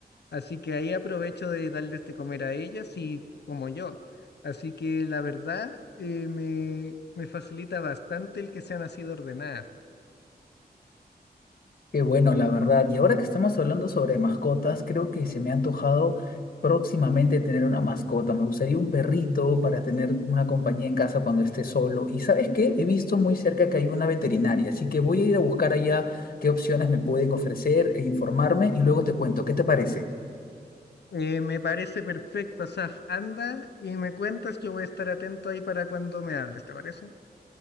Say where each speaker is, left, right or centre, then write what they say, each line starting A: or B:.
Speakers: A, on the left; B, on the left.
A: Así que ahí aprovecho de darles de comer a ellas y como yo. Así que la verdad eh, me, me facilita bastante el que sean así de ordenadas.
B: Qué bueno, la verdad. Y ahora que estamos hablando sobre mascotas, creo que se me ha antojado próximamente tener una mascota. Me gustaría un perrito para tener una compañía en casa cuando esté solo. Y ¿sabes qué? He visto muy cerca que hay una veterinaria, así que voy a ir a buscar allá qué opciones me pueden ofrecer e informarme y luego te cuento. ¿Qué te parece?
A: Eh, me parece perfecto, Asaf. Anda y me cuentas, yo voy a estar atento ahí para cuando me hables, ¿te parece?